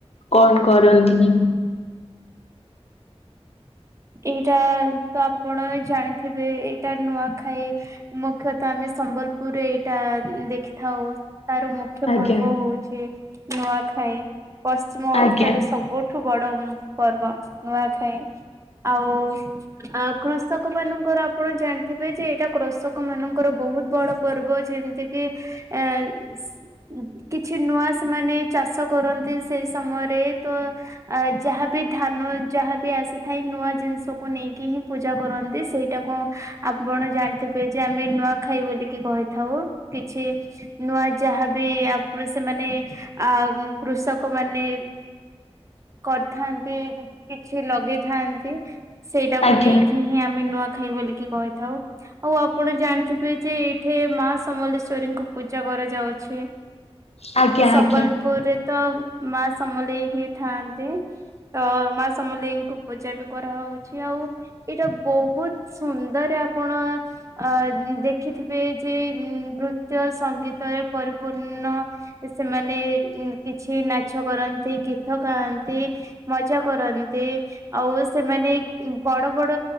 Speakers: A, on the left (about 75°); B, on the right (about 30°).
A: କଣ କରନ୍ତି?
B: ଏଇଟା ତ ଆପଣ ଜାଣିଥିବେ ଏଇଟା ନୂଆଖାଇ ମୁଖ୍ୟତଃ ଆମେ ସମ୍ବଲପୁରରେ ଏଇଟା ଦେଖିଥାଉ ତାର ମୁଖ୍ ମୁଖ୍ୟ
A: ଆଜ୍ଞା।
B: ପର୍ବ ହଉଛି ନୂଆଖାଇ ପଶ୍ଚିମ
A: ଆଜ୍ଞା
B: ଓଡିଶାରେ ସବୁ ଠୁ ବଡ ପର୍ବ ନୂଆଖାଇ। ଓ ଅ ଆ କୃଷକ ମାନଙ୍କର ଆପଣ ଜାଣିଥିବେ ଯେ ଏଇଟା କୃଷକ ମାନଙ୍କର ବହୁତ ବଡ ପର୍ବ ଯେମିତି କିି ଆ ସି କିଛି ନୂଆ ସେମାନେ ଚାଷ କରନ୍ତି ସେଇ ସମୟରେ ତ ଅ ଯାହାବି ଧାନ ଯାହାବି ଆସିଥାଏ ନୂଆ ଜିନିଷକୁ ନେଇକି ହିଁ ପୂଜା କରନ୍ତି ସେଇଟାକୁ ଆପଣ ଜାଣିଥିବେ ଯେ ଆମେ ନୂଆ ଖାଇ ବୋଲିକି କହିଥାଉ କିଛି ନୂଆ ଯାହାବି ଆପ ସେମାନେ ଆ କୃଷକ ମାନେ କରିଥାନ୍ତି କିଛି ଲ ଥାନ୍ତି ସେଇଟାକୁ
A: ଆଜ୍ଞା
B: ନେଇକି ହିଁ ଆମେ ନୂଆ ଖାଇ ବୋଲିକି କହିଥାଉ। ଆଉ ଆପଣ ଜାଣିଥିବେ ଯେ ଏଇଠେ ମା ସମଲେଶ୍ଵରୀଙ୍କୁ ପୂଜା କରାଯାଉଛି।
A: ଆଜ୍ଞା
B: ସମ୍ବଲପୁରରେ ତ ମା ସମଲେଇ ହିଁ ଥାନ୍ତି ତ ମା ସମଲେଇଙ୍କୁ ପୂଜା ବି କରାହଉଛି ଆଉ ଏଇଟା ବହୁତ ସୁନ୍ଦର ଆପଣ ଅ ଦେଖିଥିବେ ଯେ ନୃତ୍ୟ ସଙ୍ଗୀତରେ ପରିପୂର୍ଣ୍ଣ ସେମାନେ କିଛି ନାଚ କରନ୍ତି ଗୀତ ଗାଆନ୍ତି। ମଜା କରନ୍ତି। ଆଉ ସେମାନେ ବଡ ବଡ